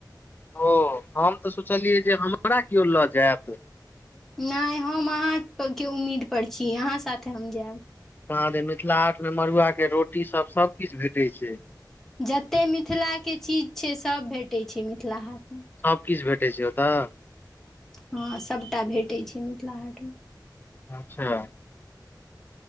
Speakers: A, on the left; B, in the centre.
A: ओ हम तऽ सोचलियै जे हमरा किओ लऽ जायत
B: नैय हम अहाँके उम्मीद पर छी अहाँ साथे हम जायब
A: कहाँ जे मिथिला हाटमे मड़ुआके रोटीसभ सभकूछु भेटैत छै
B: जते मिथिलाके चीज छै सभ भेटैत छै मिथिला हाट मे
A: सभकिछ भेटैत छै ओतय
B: हँ सभटा भेटै छै मिथिला हाटमे
A: अच्छा